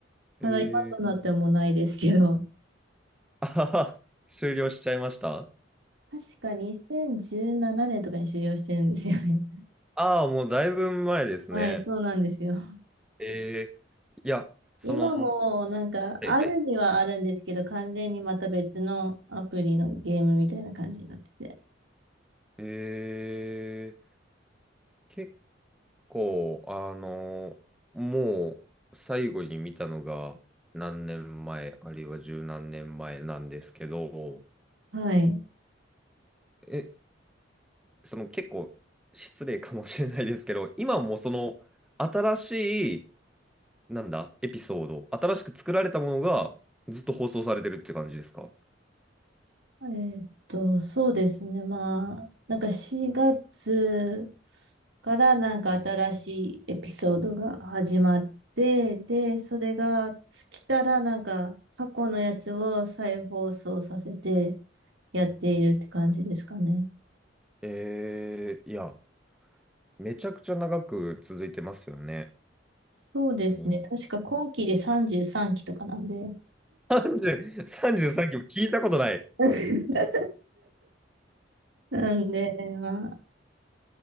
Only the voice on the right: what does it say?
ただ今となってはもうないですけど、
確か2017年とかに終了してるんですよね。<laughs>
はい、そうなんですよ。
今もなんかあるにはあるんですけど、
完全にまた別のアプリのゲームみたいな感じになってて。
はい。
えーっと、そうですね。まあ、なんか4月からなんか新しいエピソードが始まって、で、それが尽きたらなんか過去のやつを再放送させてやっているって感じですかね。
そうですね。
確か今期で33期とかなんで。
<laughs> なんで、まあ、